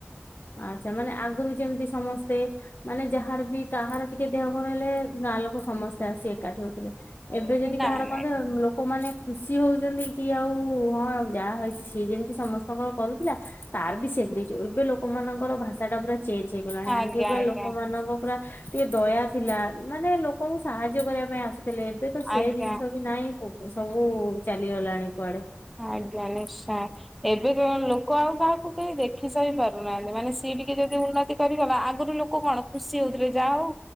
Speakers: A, on the left (about 50°); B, in the centre.
A: ଆଛା ମାନେ ଆଗରୁ ଯେମିତି ସମସ୍ତେ ମାନେ ଯାହାର ବି କାହାର ଟିକେ ଦେହ କଣ ହେଲେ ଗାଁ ଲୋକ ସମସ୍ତେ ଆସି ଏକାଠି ହଉଥିଲେ। ଏବେ ଯଦି
B: ନାଇଁ
A: କାହାର
B: ନାଇଁ
A: କଣ ଦେହ ଲୋ କମାନେ ଖୁସି ହଉଛନ୍ତି କି ଆଉ ହଁ ଯାହା ହେଇଛି ସିକ୍ ହେଇଚି ସମସ୍ତଙ୍କର କରୁଥିଲା। ତାର ବି ସେମି ଜୋ ଏବେ ଲୋକମାନଙ୍କର ଭାଷା ଟା ପୁରା ଚେଞ୍ଜ ହେଇଗଲାଣି
B: ଆଜ୍ଞା
A: ଆଗେ ପୁରା
B: ଆଜ୍ଞା
A: ଲୋକମାନଙ୍କ ପୁରା ଟିକେ ଦୟା ଥିଲା ମାନେ ଲୋକଙ୍କୁ ସାହାଯ୍ୟ କରିବା ପାଇଁ ଆସୁଥିଲେ ଏବେ ତ ସେ
B: ଆଜ୍ଞା।
A: ଜିନିଷ ବି ନାହିଁ। ଉ ସବୁ ଚାଲିଗଲାଣି କୁଆଡେ।
B: ଆଜ୍ଞା ନିଶ୍ଚୟ ଏବେ କୋ ଲୋକ ଆଉ କାହାକୁ କେହି ଦେଖ ଖି ସହି ପାରୁନାହାନ୍ତି ମାନେ ସିଏ ଟିକେ ଯଦି ଉନ୍ନତି କରିଗଲା ଆଗରୁ ଲୋକ କଣ ଖୁସି ହଉଥିଲେ ଯାହଉ